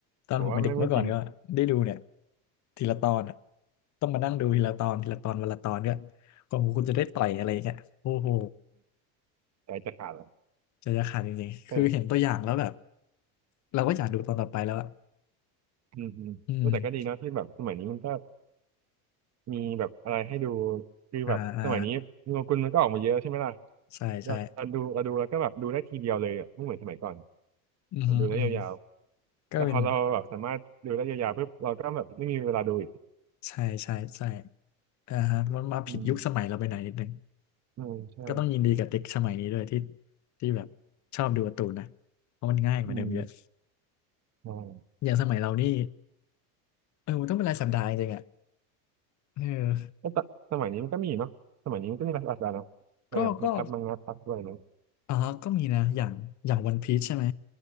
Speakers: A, on the left; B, on the right.
A: ตอนผมเป็นเด็กเมื่อก่อนก็ได้ดูเนี่ย
B: ผมว่าไม่งไม่จริง
A: ทีละตอนอ่ะต้องมานั่งดูทีละตอนทีละตอนวันละตอนเนี่ยกว่าคุณจะได้ต่อยอะไรเงี้ยโอ้โห
B: <laughs> ใจจะขาดแล้ว
A: ใจจะขาดจริงๆคือเห็นตัวอย่างแล้วแบบ
B: เออ
A: เราก็อยากดูตอนต่อไปแล้วอะ
B: อืมอืมแต่ก็ดีเนาะที่แบบสมัยนี้มันก็
A: อืม
B: มีแบบอะไรให้ดูคือแบบสมัยนี้มีโงกุลมันก็ออกมาเยอะใช่ไหมล่ะ
A: อ่าอ่าใช่ใช่
B: เราเราดูเราดูแล้วก็แบบดูได้ทีเดียวเลยอ่ะไม่เหมือนสมัยก่อน
A: อือฮึอือฮึ
B: เราดูได้ยาวๆแต่พอเราแบบสามารถดูได้ยาวๆปุ๊บเราก็แบบไม่มีเวลาดูอีก
A: ก็เป็นใช่ใช่ใช่ อ่าฮะมันมาผิดยุคสมัยเราไปหน่อยนิดนึง
B: อืมอืมใช่
A: ก็ต้องยินดีกับเด็กสมัยนี้ด้วยที่ที่แบบชอบดูการ์ตูนนะเพราะมันง่ายกว่าเดิมเยอะ
B: <laughs> อืมใช่
A: อย่างสมัยเรานี่เออมันต้องเป็นรายสัปดาห์จริงๆอ่ะเออ
B: ก็ตสมัยนี้มันก็มีเนาะสมัยนี้มันก็มีภาษานอางกฤเนาะในแบบในแอปมังงะพับอะไรอย่างเงี้ย
A: ก็ก็อ๋อก็มีนะอย่างอย่างวันพีชใช่ไหม